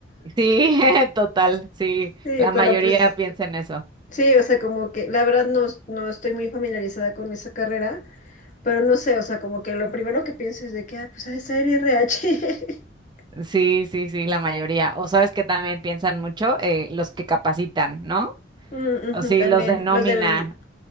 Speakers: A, on the right; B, on the left.
A: Sí, <laughs> total, sí,
B: Sí,
A: la
B: pero
A: mayoría
B: pues,
A: piensa en eso.
B: sí, o sea, como que, la verdad no, no estoy muy familiarizada con esa carrera, pero no sé, o sea, como que lo primero que pienso es de que, ah, pues ha de ser RH. <laughs>
A: Sí, sí, sí, la mayoría. O sabes que también piensan mucho eh, los que capacitan, ¿no?
B: Mm, ujú,
A: O sí,
B: también,
A: los denomina.
B: los del,